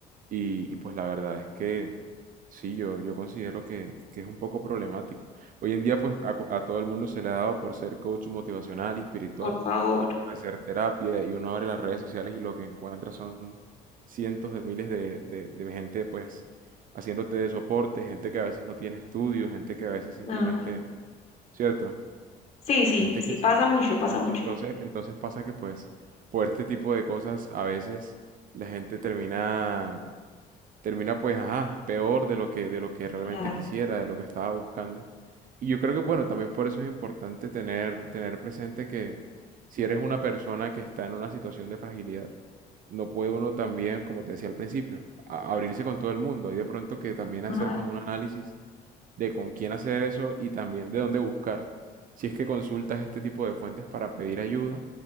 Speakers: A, on the right (about 55°); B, on the left (about 40°).
A: y, y, pues la verdad es que sí, yo, yo considero que, que es un poco problemático. Hoy en día pues a, a todo el mundo se le ha dado por ser coach motivacional y espiritual,
B: Por favor.
A: por hacer terapia y uno abre las redes sociales y lo que encuentra son cientos de miles de, de, de gente pues haciéndote de soporte, gente que a veces no tiene estudios, gente que a veces simplemente,
B: Nada.
A: ¿cierto?
B: Sí, sí,
A: Gente
B: sí,
A: que
B: pasa
A: sí.
B: mucho, pasa
A: En-
B: mucho.
A: Entonces, entonces pasa que pues por este tipo de cosas a veces la gente termina termina pues, ajá, peor de lo que, de lo que realmente
B: Claro,
A: quisiera, de lo que estaba buscando. Y yo creo que, bueno, también por eso es importante tener, tener presente que si eres una persona que está en una situación de fragilidad, no puede uno también, como te decía al principio, a- abrirse con todo el mundo. Hay de pronto que también hacer
B: nada,
A: como un análisis de con quién hacer eso y también de dónde buscar. Si es que consultas este tipo de fuentes para pedir ayuda,